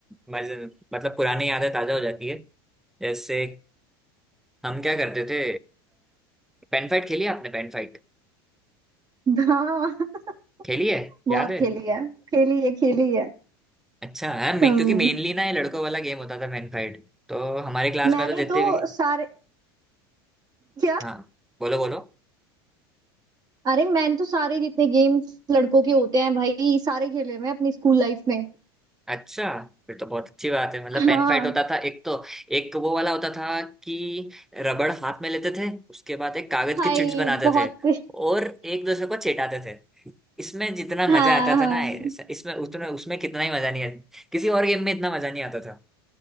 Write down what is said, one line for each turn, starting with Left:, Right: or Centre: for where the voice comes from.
Centre: मजे मतलब पुरानी यादें ताजा हो जाती है जैसे हम क्या करते थे पेन फाइट खेली है आपने पेन फाइट
Right: हाँ
Centre: खेली है
Right: <laughs> बहुत
Centre: याद है
Right: खेली है खेली है खेली है
Centre: अच्छा है मैं
Right: हम्म,
Centre: क्योंकि मेनली ना ये लड़कों वाला गेम होता था पेन फाइट तो हमारे क्लास
Right: मैंने
Centre: में तो जितने
Right: तो
Centre: भी
Right: सारे क्या
Centre: हाँ बोलो बोलो
Right: अरे मैंने तो सारे जितने गेम्स लड़कों के होते हैं भाई सारे खेले मैं अपनी स्कूल लाइफ में
Centre: अच्छा फिर तो बहुत अच्छी बात है मतलब
Right: हाँ
Centre: पेन फाइट होता था एक तो एक वो वाला होता था कि रबड़ हाथ में लेते थे उसके बाद एक कागज
Right: हाय
Centre: के चिट्स बनाते
Right: बहुत
Centre: थे
Right: <laughs>
Centre: और एक दूसरे को चेटाते थे इसमें जितना
Right: हाँ
Centre: मजा आता
Right: हाँ
Centre: था ना ऐसा- इसमें उतना उसमें कितना ही मजा नहीं आता किसी और गेम में इतना मजा नहीं आता था